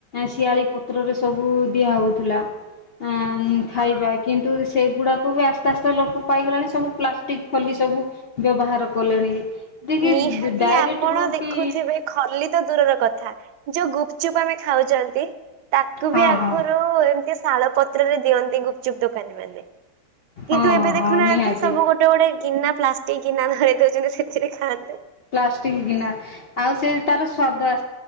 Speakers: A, on the left (about 75°); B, on the right (about 70°).
A: ଶିଆଳି ପତ୍ରରେ ସବୁ ଦିଆ ହଉଥିଲା। ହଁ ମ ଖାଇବା। କିନ୍ତୁ ସେଗୁଡାକ ବି ଆସ୍ତେ ଆସ୍ତେ ଲୋପ ପାଇଗଲାଣି ସବୁ ପ୍ଲାଷ୍ଟିକ ଖୋଲି ସବୁ ବ୍ୟବହାର କଲେଣି ଦେଖି
B: ନିହାତି
A: ଡାଇରେକ୍ଟ
B: ଆପଣ
A: ହଉ
B: ଦେଖୁଥିବେ
A: କି
B: ଖଲିିତ ଦୂରର କଥା ଯୋଉ ଗୁପ୍ ଚୁପ ଆମେ ଖାଉଛନ୍ତି ତାକୁ
A: ହଁ
B: ବି ଆଗରୁ
A: ହଁ
B: ଏମତି ଶାଳ ପତ୍ର ପତ୍ରରେ ଦିଅନ୍ତି ଗୁପଚୁପ୍ ଦୋକାନୀ ମାନେ। କିନ୍ତୁ
A: ହଁ
B: ଏବେ ଦେଖୁନାହାନ୍ତି
A: ହଁ ନିହାତି
B: ସବୁ ଗୋଟେ ଗୋଟେ ଗୀନା ପ୍ଲାଷ୍ଟିକ ଗୀନା ଧରି ଦଉଛନ୍ତି ସେଥିରେ। ଖାଦ୍ୟ
A: ପ୍ଲାଷ୍ଟିକ ଗୀନା ଆଉ ସେ ତାର ସ୍ଵାଦ ଆ